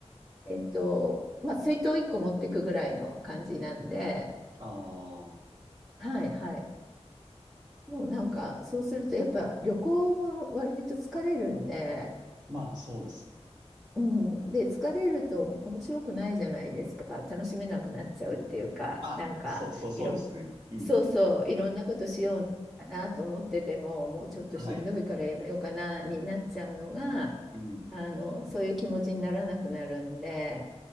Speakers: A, in the centre; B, on the right (about 40°).
A: う。えっと、まあ、水筒1個持ってくぐらいの感じなんで、
B: ああ、
A: はい、はい。もうなんか、そうすると、やっぱ旅行も割と疲れるんで、
B: まあ、そうですね。
A: うん、で疲れると面白くないじゃないですか楽しめなくなっちゃうっていうかなんかいろ
B: まあ、そう、そう、そうですね。うん。
A: そうそういろんなことしようかなと思っててももうちょっとしんどいからやめようかなになっちゃうのが
B: はい。うん。
A: あのそういう気持ちにならなくなるんで